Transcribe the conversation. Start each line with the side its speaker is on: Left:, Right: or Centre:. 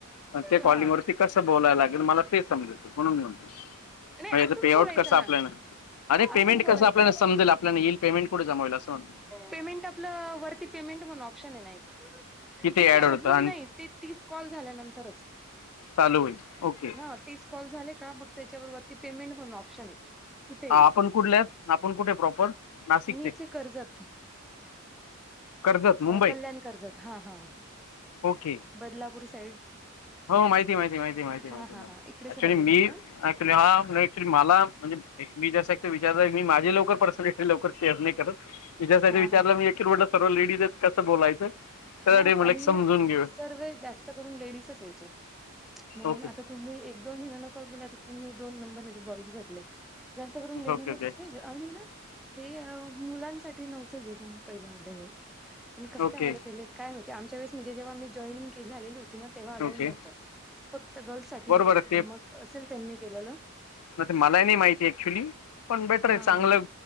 Left: पण ते कॉलिंग
Centre: हा
Left: वरती कसं बोलाय लागेल मला ते समजायचं म्हणून मी म्हणतो
Centre: नाही
Left: याच
Centre: असंच
Left: पे
Centre: बोलायचं
Left: आउट कसं
Centre: ना
Left: आपल्याला अरे पेमेंट
Centre: असंच बोलायचं
Left: कसं आपल्याला समजेल आपल्यांना येईल पेमेंट कुठे जमा होईल अस म्हणतो
Centre: पेमेंट आपलं वरती पेमेंट म्हणून ऑप्शन आहे ना एक
Left: तिथे
Centre: पण ते
Left: ॲड होतं
Centre: अजून
Left: आणि
Centre: नाही ते तीस कॉल झाल्यानंतरच
Left: चालू होईल ओके
Centre: हा तीस कॉल झाले का मग त्याच्या वर पेमेंट म्हणून ऑप्शन आहे तिथे
Left: हा
Centre: येईल
Left: आपण कुठलेत आपण कुठे प्रॉपर नाशिकचे
Centre: मी इथले कर्जत
Left: कर्जत मुंबई
Centre: कल्याण कर्जत हा हा
Left: ओके
Centre: बदलापूर साईड
Left: हो माहिती माहिती माहिती माहि <inaudible> ती माहिती
Centre: हा हा हा इकडेच
Left: अक्चुली
Centre: राहते मी पण
Left: क्चली मला म्हणजे मी जसं एक विचारलं मी माझी लवकर पर्सनॅलिटी लवकर शेअर नाही करत तिच्यासाठी
Centre: हा
Left: विचारलं
Centre: हा
Left: मी एक रोडला सर्व लेडीज आहेत कसं बोलायचं
Centre: हा
Left: त्यासाठी म्हटलं
Centre: आणि
Left: समजून
Centre: ना
Left: घेऊ
Centre: सर्व जास्त करून लेडीसच आहे याच्यात म्हणून
Left: ओके
Centre: आता तुम्ही एक दोन जणांना कॉल केला तर तुम्ही दोन नंबर मध्ये बॉईज भेटले जास्त करून लेडीजच
Left: ओके ओके
Centre: आहेत ना ह्याच्यात आणि ना हे मुलांसाठी नव्हतं पहिला मुद्दा हे मग कस
Left: ओके
Centre: काय ऍड काय माहिती आमच्या वेळेस म्हणजे जेव्हा मी जॉईनिंग झालेली होते तेव्हा अलाउड
Left: ओके
Centre: नव्हत फक्त गर्ल्स साठीच
Left: बरोबर
Centre: होतं
Left: आहे
Centre: पण मग असेल त्यांनी केलेलं
Left: म ते मलाही नाही माहिती ऍक्च्युली पण बेटर
Centre: हां.
Left: आहे चांगलं